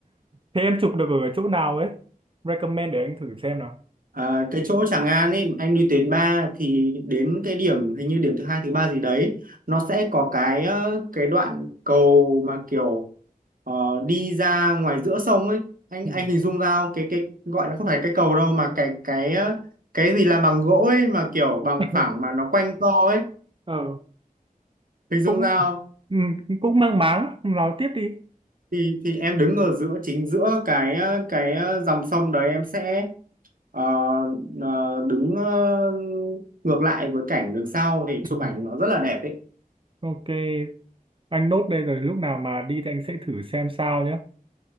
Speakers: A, on the right; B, on the right.
A: thế em chụp được ở chỗ nào ấy recommend để anh thử xem nào
B: à, cái chỗ Tràng An ấy anh đi tuyến 3 thì đến cái điểm hình như điểm thứ hai thứ ba gì đấy nó sẽ có cái ờ, cái đoạn cầu mà kiểu ờ, đi ra ngoài giữa sông ấy anh
A: Ừ.
B: anh hình dung ra không? cái cái gọi là không phải cái cầu đâu mà cái cái ờ, cái gì làm bằng gỗ ấy mà kiểu bằng
A: <laughs>
B: phẳng mà nó quanh co ấy
A: ờ
B: hình dung
A: cũng
B: ra không?
A: ừ, cũng mang máng nói tiếp đi
B: thì thì em đứng ở giữa chính giữa cái ờ, cái ờ, dòng sông đấy em sẽ Ờ, ờ, đứng ờ, ngược lại với cảnh đằng sau thì chụp
A: Ừ.
B: ảnh nó rất là đẹp ấy.
A: ok anh nốt đây rồi lúc nào mà đi thì anh sẽ thử xem sao nhé